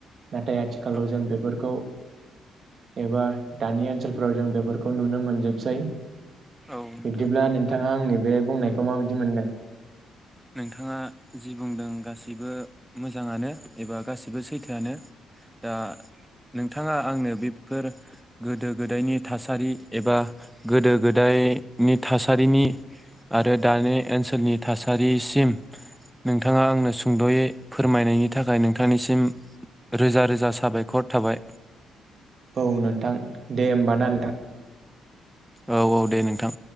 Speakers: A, on the right (about 50°); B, in the centre.
A: नाथाय आथिखालाव
B: औ
A: जों बेफोरखौ। एबा दानि ओनसोलफोराव जों बेफोरखौ नुनो मोनजोबसै।
B: औ नोंथां
A: बिब्दिब्ला नोंथाङा आंनि बे बुंनायखौ माबायदि मोनदों।
B: नोंथाङा जि बुंदों गासैबो मोजाङानो एबा गासैबो सैथोआनो दा नोंथाङा आंनो बेफोर गोदो गोदायनि थासारि एबा गोदो गोदायनि थासारिनि आरो दानि ओनसोलनि थासारि। थासारिसिम नोंथाङा आंनो सुंदयै फोरमायनायनि थाखाय नोंथांनिसिम रोजा रोजा साबायखर थाबाय।
A: औ नोंथां दे होमब ना नोंथां।
B: औ औ दे नोंथां।